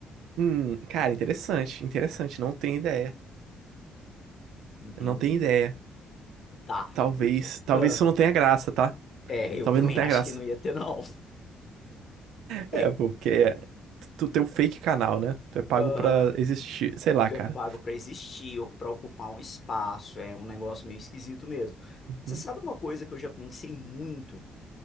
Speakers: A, on the right (about 80°); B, on the left (about 45°).
A: Hum, cara, interessante, interessante, não tenho ideia.
B: Entendi.
A: Eu não tenho ideia.
B: Tá,
A: Talvez,
B: porque
A: talvez
B: ah,
A: isso não tenha graça, tá?
B: é, eu
A: Talvez
B: também
A: não tenha
B: acho
A: graça.
B: que não ia ter não. <laughs> É,
A: É, pô, porque é- tu tem um fake canal, né? Tu é pago
B: aham.
A: pra existir. Sei lá,
B: tu
A: cara.
B: é pago para existir ou para ocupar um espaço, é um negócio meio esquisito mesmo.
A: Uhum.
B: Você sabe uma coisa que eu já pensei muito?